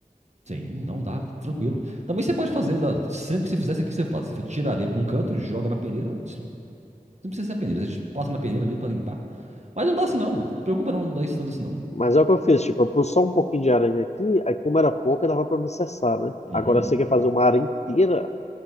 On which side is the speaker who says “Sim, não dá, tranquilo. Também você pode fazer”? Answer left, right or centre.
Right